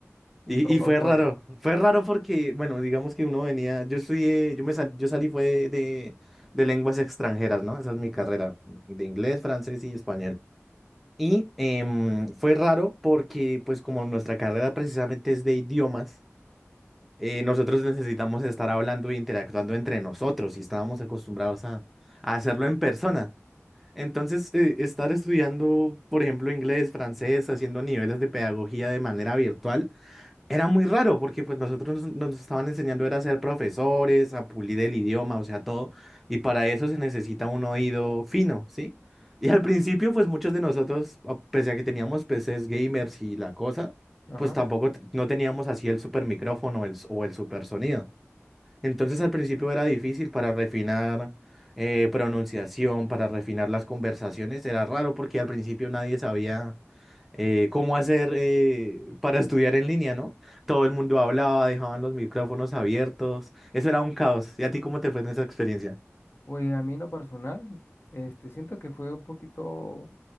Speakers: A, in the centre; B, on the left.
A: Y,
B: ¿Y cómo
A: y fue
B: fue?
A: raro, fue raro porque, bueno, digamos que uno venía, yo estudié, yo me sal- yo salí fue de, de lenguas extranjeras, ¿no? Esa es mi carrera, de inglés, francés y español. Y em, fue raro porque, pues como nuestra carrera precisamente es de idiomas, eh, nosotros necesitamos estar hablando e interactuando entre nosotros y estábamos acostumbrados a, a hacerlo en persona. Entonces, eh, estar estudiando, por ejemplo, inglés, francés, haciendo niveles de pedagogía de manera virtual era muy raro porque pues nosotros nos, nos estaban enseñando era a ser profesores, a pulir el idioma, o sea, todo, y para eso se necesita un oído fino, ¿sí? Y al principio pues muchos de nosotros, a- pese a que teníamos PCs gamers y la cosa,
B: Ajá.
A: pues tampoco t- no teníamos así el super micrófono el, s- o el super sonido. Entonces al principio era difícil para refinar eh, pronunciación, para refinar las conversaciones. Era raro porque al principio nadie sabía eh, cómo hacer eh, para estudiar en línea, ¿no? Todo el mundo hablaba, dejaban los micrófonos abiertos. Eso era un caos. ¿Y a ti cómo te fue en esa experiencia?
B: Pues a mí en lo personal, este, siento que fue un poquito